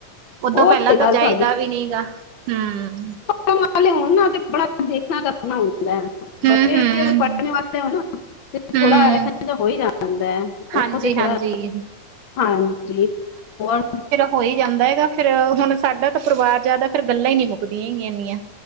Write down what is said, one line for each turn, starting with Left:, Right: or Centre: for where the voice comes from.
Right: ਉਦੋਂ
Left: ਉਹ
Right: ਪੈਲਾਂ
Left: ਤੇ
Right: ਤਾਂ
Left: ਗੱਲ
Right: ਜਾਈਦਾ
Left: ਤੁਹਾਡੀ
Right: ਵੀ ਨੀ ਗਾ, ਹੂੰ।
Left: ਪਢ਼ਨੇ ਵਾਲੇ ਹੋਨ ਨਾ ਤੇ ਬੜਾ ਦੇਖਨਾ, ਕਰਨਾ ਹੁੰਦਾ ਹੈ।
Right: ਹੂੰ-ਹੂੰ
Left: ਬੱਚੇ ਅਗਰ ਪਢ਼ਨੇ ਵਾਲੇ ਹੋਨ ਨਾ ਤੇ
Right: ਹੂੰ
Left: ਥੋੜਾ ਏਹ ਹੋਈ ਜਾਂਦਾ ਏ। ੳਹ
Right: ਹਾਂਜੀ-ਹਾਂਜੀ
Left: ਤੇ ਥੋੜਾ ਹਾਂਜੀ, ਹੋਰ
Right: ਹੋਈ ਜਾਂਦਾ ਹੈਗਾ ਫੇਰ ਹੁਨ ਸਾਡਾ ਤਾਂ ਪਰਿਵਾਰ ਜਾਦਾ, ਫੇਰ ਗੱਲਾਂ ਈ ਨਈ ਮੁੱਕਦੀਆਂ ਹੈਗੀਆਂ ਏਨੀਆਂ।